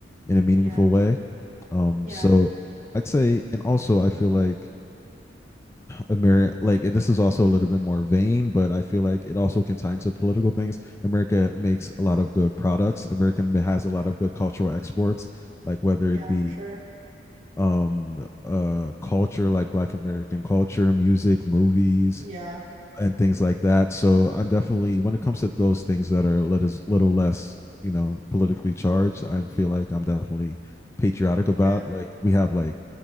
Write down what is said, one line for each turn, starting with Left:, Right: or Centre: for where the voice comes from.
Left: in a meaningful
Right: Yeah.
Left: way um
Right: Yeah.
Left: so i'd say and also i feel like America, like, and this is also a little bit more vain, but I feel like it also can tie into political things. America makes a lot of good products. America has a lot of good cultural exports, like whether
Right: Yeah,
Left: it be
Right: for sure.
Left: um uh culture like black american culture music movies
Right: Yeah.
Left: and things like that so i'm definitely when it comes to those things that are a little, little less you know politically charged i feel like i'm definitely patriotic
Right: Yeah.
Left: about like we have like